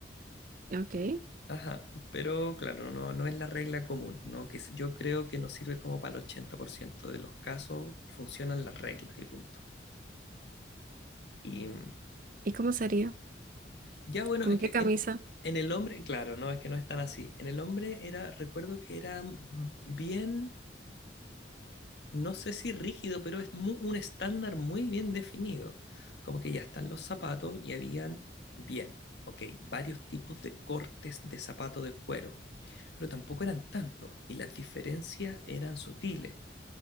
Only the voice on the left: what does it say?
Ajá, pero claro, no, no es la regla común, ¿no? Que s- yo creo que nos sirve como para el 80% de los casos funcionan las reglas y punto. mm,
Ya bueno,
es
que
en, en el hombre, claro, no, es que no es tan así. En el hombre era, recuerdo que era mm, bien, no sé si rígido, pero es mu- un estándar muy bien definido. Como que ya están los zapatos y habían, bien, ok, varios tipos de cortes de zapato de cuero, pero tampoco eran tantos y las diferencias eran sutiles.